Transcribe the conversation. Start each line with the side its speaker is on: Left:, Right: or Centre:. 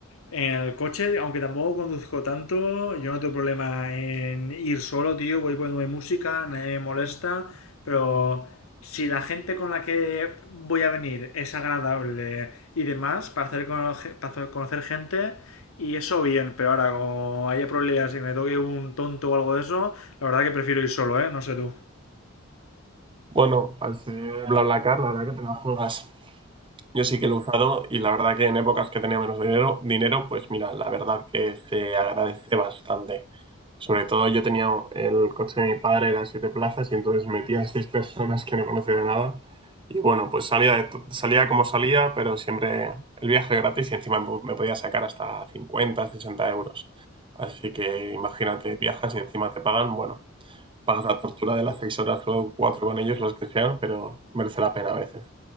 Left: en el coche, aunque tampoco conduzco tanto, yo no tengo problema en ir solo, tío. Voy poniendo mi música, nadie me molesta, pero si la gente con la que voy a venir es agradable y demás, para hacer, conoce- para hacer conocer gente, y eso bien, pero ahora como haya problemas y me toque un tonto o algo de eso, la verdad que prefiero ir solo, ¿eh? No sé tú.
Right: Bueno, al ser BlaBlaCar, la verdad que te la juegas. Yo sí que lo he usado y la verdad que en épocas que tenía menos dinero, dinero, pues mira, la verdad que se agradece bastante. Sobre todo yo tenía el coche de mi padre, era siete plazas y entonces metía seis personas que no conocía de nada. Y bueno, pues salía, de to- salía como salía, pero siempre el viaje gratis y encima me po- me podía sacar hasta 50 60 euros. Así que imagínate, viajas y encima te pagan, bueno, pagas la tortura de las seis horas o cuatro con ellos, los que sean, pero merece la pena a veces.